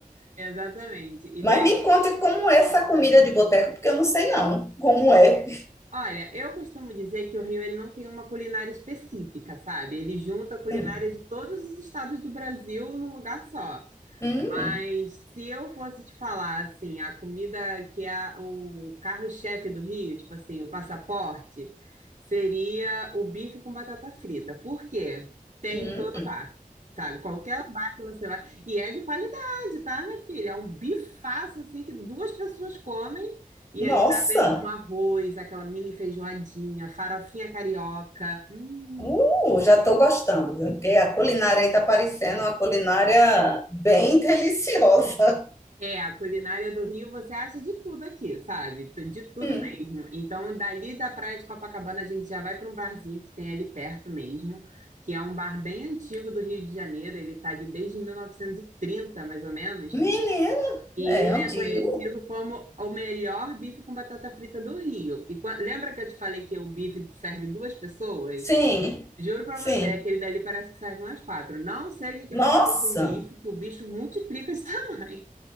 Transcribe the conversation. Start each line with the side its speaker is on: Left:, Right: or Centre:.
Right: Exatamente. E
Left: Mas me conte como é essa comida de boteco, porque eu não sei não como é.
Right: Olha, eu costumo dizer que o Rio ele não tem uma culinária específica, sabe? Ele junta a culinária
Left: Hum,
Right: de todos os estados do Brasil num lugar só.
Left: hum,
Right: Mas se eu fosse te falar, assim, a comida que é o carro-chefe do Rio, tipo assim, o passaporte, seria o bife com batata frita. Por quê? Tem
Left: hum.
Right: em todo bar, sabe? Qualquer bar que você vai. E é de qualidade, tá, minha filha? É um bifaço, assim, que duas pessoas comem e
Left: nossa,
Right: ainda vem com arroz, aquela mini feijoadinha, farofinha carioca. Hum.
Left: uh, já estou gostando, viu? Porque a culinária aí está parecendo uma culinária bem deliciosa.
Right: É, a culinária do Rio você acha de tudo aqui, sabe? Tu- De tudo
Left: Hum.
Right: mesmo. Então, dali da Praia de Copacabana, a gente já vai para um barzinho que tem ali perto mesmo, que é um bar bem antigo do Rio de Janeiro. Ele está ali desde 1930, mais ou menos.
Left: Menina,
Right: E
Left: é
Right: ele
Left: antigo?
Right: é conhecido como o melhor bife com batata frita do Rio. E quan- lembra que eu te falei que o bife serve duas pessoas?
Left: Sim,
Right: Juro para
Left: sim.
Right: você, aquele dali parece que serve umas quatro. Não sei o que que
Left: Nossa,
Right: eles fazem com bife, que o bicho multiplica de <laughs> tamanho.